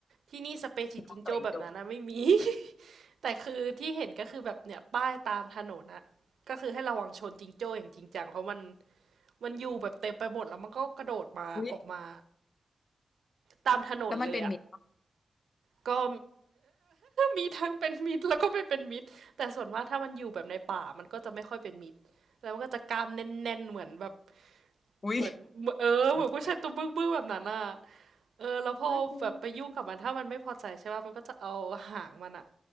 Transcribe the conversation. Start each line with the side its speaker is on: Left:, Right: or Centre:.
Right: ที่นี่สเปเชียลจิงโจ้แบบนั้นนะไม่มี
Left: น้องใส่อยจิงโจ
Right: <laughs> แต่คือที่เห็นก็คือแบบเนี่ยป้ายตามถนนอะก็คือให้ระวังชนจิงโจ้อย่างจริงจังเพราะมันมันอยู่แบบเต็มไปหมดแล้วมันก็กระโดดมาออกมา
Left: อุ๊ย
Right: ตามถนนเลยอะ
Left: แล้วมันเป็นหมี
Right: ก็มีทั้งเป็นมิตรแล้วก็ไม่เป็นมิตรแต่ส่วนมากถ้ามันอยู่แบบในป่ามันก็จะไม่ค่อยเป็นมิตรแล้วมันก็จะกล้ามแน่นๆเหมือนแบบ
Left: อุ๊ย
Right: เหมือนเอเอเหมือนผู้ชายตัวบึ้งๆแบบนั้นอะ
Left: น้องไป
Right: เออแล้วพอแบบไปยุ่งกับมันถ้ามันไม่พอใจใช่ป่ะมันก็จะเอาหางมันอะ
Left: น่ากลัว